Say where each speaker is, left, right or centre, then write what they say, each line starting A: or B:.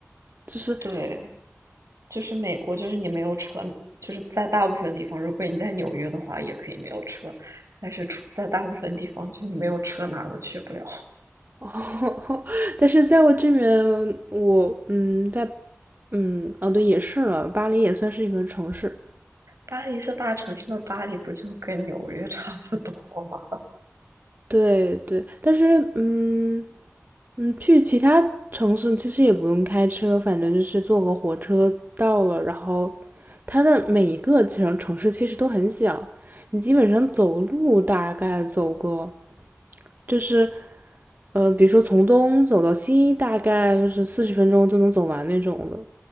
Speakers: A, on the right (about 40°); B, on the right (about 85°).
A: 就是
B: 对。就是美国，就是你没有车，就是在大部分地方，如果你在纽约的话，也可以没有车，但是出在大部分地方，就你没有车哪都去不了。
A: <laughs> 哦，但是在我这边，我嗯，在嗯，哦对，也是了，巴黎也算是一个城市。
B: 巴黎是大城市，那巴黎不就跟纽约差不多吗？
A: 对对，但是嗯嗯，去其他城市其实也不用开车，反正就是坐个火车到了。然后它的每一个城城市其实都很小，你基本上走路大概走个就是呃，比如说从东走到西，大概就是四十分钟就能走完那种的，